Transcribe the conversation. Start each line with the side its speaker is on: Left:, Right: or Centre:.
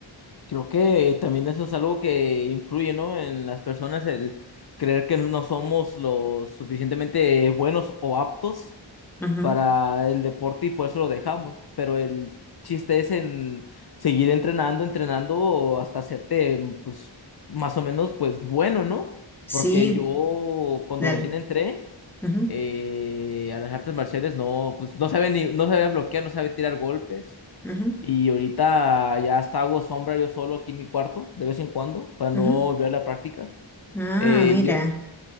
Left: Creo que también eso es algo que influye, ¿no? En las personas, el creer que no somos lo suficientemente buenos o aptos
Centre: Ajá.
Left: para el deporte y por eso lo dejamos. Pero el chiste es en seguir entrenando, entrenando hasta hacerte, pues, más o menos, pues, bueno, ¿no?
Centre: Sí,
Left: Porque yo cuando
Centre: dale.
Left: recién entré
Centre: Ajá,
Left: eh, a las artes marciales, no, pues, no sabía ni, no sabía bloquear, no sabía tirar golpes.
Centre: ajá,
Left: Y ahorita ya hasta hago sombra yo solo aquí en mi cuarto, de vez en cuando, para no
Centre: ajá.
Left: volver a la práctica.
Centre: Ah,
Left: Eh,
Centre: mira.
Left: yo